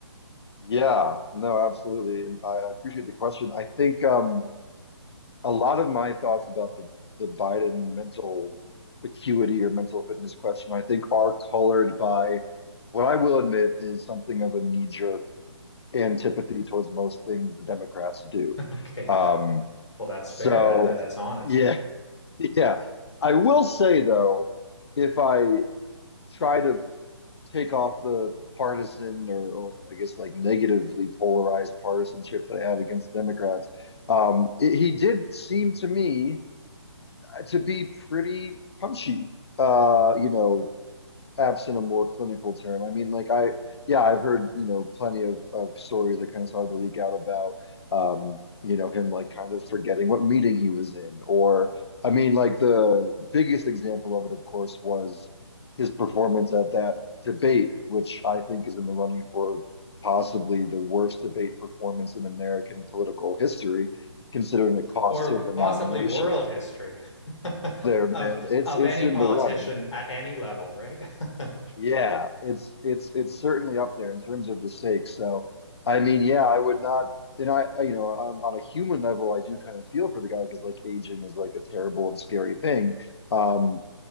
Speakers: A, on the left (about 60°); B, on the left (about 80°).
A: Yeah, no, absolutely. And I, I appreciate the question. I think um, a lot of my thoughts about the, the Biden mental acuity or mental fitness question, I think are colored by what I will admit is something of a knee-jerk antipathy towards most things the Democrats do.
B: <laughs> Okay,
A: Um,
B: yeah. Well, that's
A: so,
B: fair. That, that that's honest.
A: yeah, <laughs> yeah. I will say, though, if I try to take off the partisan or, or I guess like negatively polarized partisanship that I have against Democrats, um, it, he did seem to me to be pretty punchy. Uh, you know, absent a more clinical term. I mean, like I, yeah, I've heard, you know, plenty of, of stories that kind of started to leak out about, um, you know, him like kind of forgetting what meeting he was in. Or, I mean, like the biggest example of it, of course, was his performance at that debate, which I think is in the running for possibly the worst debate performance in American political history, considering it cost
B: or
A: him the nomination.
B: possibly world history <laughs>
A: There, man,
B: of
A: it's
B: of
A: it's
B: any
A: in
B: politician
A: the running.
B: at any level, right? <laughs>
A: Yeah, it's it's it's certainly up there in terms of the stakes. So, I mean, yeah, I would not, and I, I- you know, on on a human level, I do kind of feel for the guy because like aging is like a terrible and scary thing. Um,